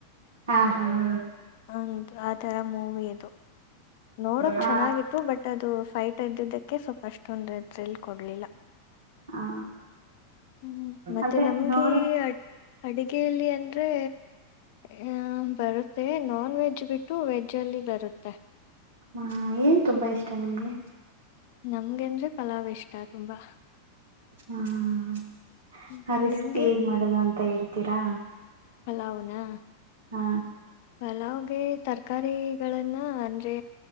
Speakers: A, on the right; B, on the left.
A: ಹಾ ಹಾ ಹ
B: ಹಂದು ಆ ತರ ಮೂವಿದು ನೋಡಕ್
A: ಹಾ
B: ಚೆನ್ನಾಗಿತ್ತು ಬಟ್ ಅದು ಫೈಟ್ ಎ್ದಿದ್ದಕ್ಕೆ ಸ್ವಲ್ಪ ಅಷ್ಟೊಂದು ಥ್ರಿಲ್ ಕೊಡ್ಲಿಲ್ಲ
A: ಹಾ
B: ಹ್ಮ್ ಮತ್ತೆ
A: ಅದೇ
B: ನಮ್ಗೆ
A: ನೋಡ
B: ಅಡಿಗೆಯಲ್ಲಿ ಅಂದ್ರೆ ಹ ಬರುತ್ತೆ ನಾನ್ ವೆಜ್ ಬಿಟ್ಟು ವೆಜ್ ಅಲ್ಲಿ ಬರುತ್ತೆ
A: ಹಾ ಏನ್ ತುಂಬಾ ಇಷ್ಟ ನಿಮ್ಗೆ
B: ನಮ್ಗೆ ಅಂದ್ರೆ ಪಲಾವ್ ಇಷ್ಟ ತುಂಬಾ
A: ಹ್ಮ
B: ಹ್ಮ್.
A: ಆ ರೆಸಪಿ
B: ನಿಮ್ಗೆ
A: ಹೇಗ್ ಮಾಡಣ ಅಂತ ಹೇಳ್ತೀರಾ
B: ಪಲಾವ್ ನಾ
A: ಹಾ
B: ಪಲಾವ್ಗೆ ತರಕಾರಿಗಳನ್ನ ಅಂದ್ರೆ